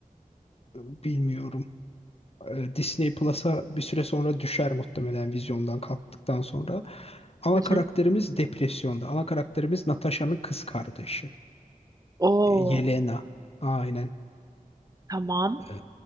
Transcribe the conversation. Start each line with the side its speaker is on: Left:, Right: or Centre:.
Left: e, bilmiyorum. e, Disney Plus'a bir süre sonra düşer muhtemelen vizyondan kalktıktan sonra. Ana
Right: Hı
Left: karakterimiz
Right: hı.
Left: depresyonda. Ana karakterimiz Natasha'nın kız kardeşi.
Right: Oo,
Left: E, Yelena. Aynen.
Right: tamam.
Left: E,